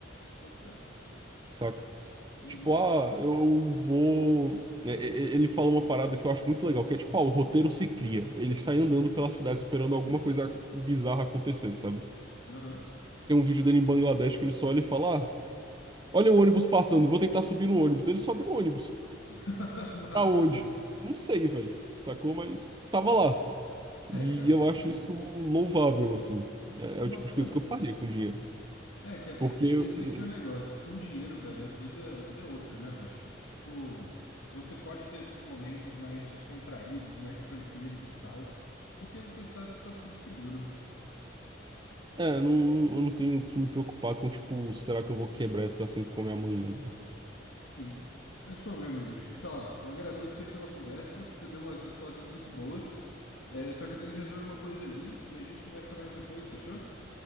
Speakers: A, on the left; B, on the right.
A: Eu boto fé.
B: saca?
A: Uhum.
B: Tipo, ah, eu vou. é, é, é, Ele fala uma parada que eu acho muito legal, que é tipo, ah, o roteiro se cria. Ele sai andando pela cidade esperando alguma coisa bizarra acontecer, sabe?
A: Aham.
B: Tem um vídeo dele em Bangladesh que ele só olha e fala: ah, olha o ônibus passando, vou tentar subir no ônibus. Ele sobe no ônibus.
A: <laughs> Massa,
B: Pra onde?
A: velho.
B: Não sei, velho. Sacou? Mas tava lá.
A: É,
B: E
A: cara,
B: eu
A: tipo,
B: acho isso louvável, assim. É,
A: eu
B: é o
A: boto
B: tipo de
A: fé.
B: coisa que eu faria com dinheiro.
A: É, cara,
B: Porque
A: e-
B: eu,
A: e- esse
B: eu-
A: aqui é o negócio. Com dinheiro, velho, a vida, a vida é outra, né, bicho? Tipo, você pode ter esses momentos mais descontraídos, mais tranquilos e tal, porque você sabe que tá tudo seguro.
B: é, eu não, não- eu não tenho que me preocupar com, tipo, será que eu vou quebrar e ficar sem comer amanhã?
A: Sim. Mas, pô, meu amigo, deixa eu te falar. Eu agradeço aí pela conversa. Você deu umas respostas muito boas. É, só que eu tenho que resolver uma coisa ali e a gente conversa mais depois, fechou?